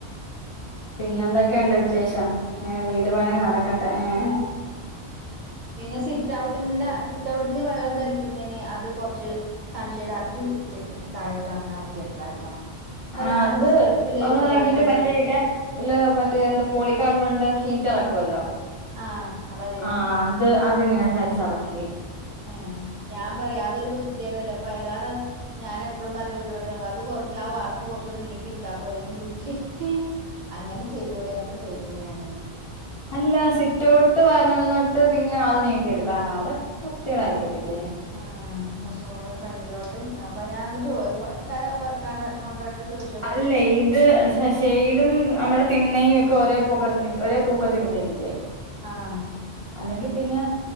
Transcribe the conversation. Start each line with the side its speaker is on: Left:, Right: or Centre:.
Left: പിന്നെ എന്തൊക്കെയുണ്ട് വിശേഷം ഇങ്ങനെ
Right: അങ്ങനെയാണ്
Left: വീട് പണി നടക്കട്ടെ ഏ
Right: ആഹ് പിന്നെ സിറ്റ് ഔട്ടിന്റെ സിറ്റ് ഔട്ടിന്ന് വെള്ളം തെറിക്കുന്നേന് അത് കൊറച്ച് സൺഷൈയ്ഡ് ഇറക്കി തായോട്ട് അങ്ങനെ ഇറക്കി എടുത്തായിരുന്നോ ഇപ്പ എല്ലാരും
Left: ആ അത്
Right: സ്റ്റെപ്പിലേക്ക്
Left: ഒന്നും ഇറങ്ങിട്ട്
Right: വെള്ളം
Left: മറ്റേ
Right: വീഴ്
Left: ഇല്ല ഇല്ല മറ്റേ എന്താ പോളിക്കാർബൺന്റെ ശീറ്റ് ഇറക്കുവല്ലോ
Right: ആഹ് അതാ ചെയ്ത
Left: ആഹ് അത് അത് ഇങ്ങനെ സാരിച്ചറക്കി
Right: ഏ ഞാൻ പറയാം അതൊരു വൃത്തിയേടല്ലോ അപ്പ അയ്ലാറെ ഞാൻ എപ്പളും പറയും വീട് പണി തുടങ്ങുമ്പം അത് കുറച്ച് ആ വാർപ്പ് കുറച്ചുകൂടി നീട്ടി എടുത്താ പോരേന്ന് ചോദിച്ച് അങ്ങനെ ചെയ്തൂടെ എന്നൊക്കെ ചോദിക്കും ഞാൻ
Left: അല്ല സിറ്റ് ഔട്ട് വരന്നിട്ട് പിന്നെ അത് നീട്ടിയെടുക്കാനോ അത് വ്യത്തി കേടായിരിക്കത്തില്ലേ
Right: ആ കുറച്ചും കൂടെ ഫ്രണ്ടിലോട്ട് അപ്പൊ ഞാൻ ക കണ്ട കോൺട്രാക്ടോട് ചോദിച്ചു
Left: അല്ലേ ഇത് സ സൺഷെയ്ടും നമ്മടെ തിണ്ണയും ഒക്കെ ഒരേ പൊക്കത്തി നി ഒരേ തൂക്കത്തിൽ നിൽക്കത്തില്ലേ
Right: ആഹ്
Left: അല്ലെങ്കിൽ പിന്നെ